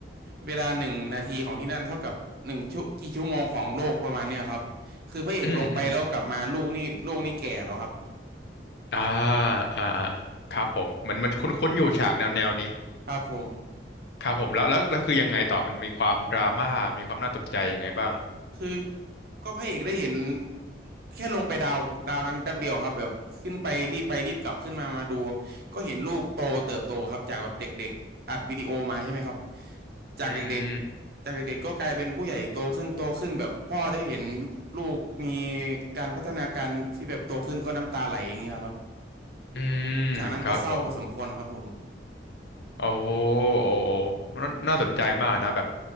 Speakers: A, on the right (about 55°); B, on the left (about 65°).
A: เวลาหนึ่งนาทีของที่นั่นเท่ากับหนึ่งชั่วกี่ชั่วโมงของโลกประมาณเนี้ยครับคือพระเอกลงไปแล้วกลับมาลูกนี่ลูกนี่แก่แล้วครับ
B: อืม อืมอ่าอ่าอ่าครับผม เหมือนมันคุ้นๆอยู่ฉากแนวแนวนี้
A: ครับผม
B: ครับผมแล้วแล้วแล้วคือยังไงต่อมันมีความดราม่ามีความน่าสนใจยังไงบ้าง
A: คือก็พระเอกได้เห็นแค่ลงไปดาวดาวนั้นแป๊บเดียวครับแบบขึ้นไปรีบไปรีบกลับขึ้นมามาดูก็เห็นลูกโตเติบโตครับจากแบบเด็กๆอัดวิดีโอมาใช่ไหมครับจากเด็กๆจากเด็กๆก็กลายเป็นผู้ใหญ่โตขึ้นโตขึ้นแบบพ่อได้เห็น
B: อืม
A: ลูกมีการพัฒนาการที่แบบโตขึ้นก็น้ำตาไหลอย่างเงี้ยครับ
B: อืมครับผม
A: ฉากนั้นก็เศร้าพอสมควรครับผม
B: โอ้โหโอ้โหน่าน่าสนใจมากนะแบบ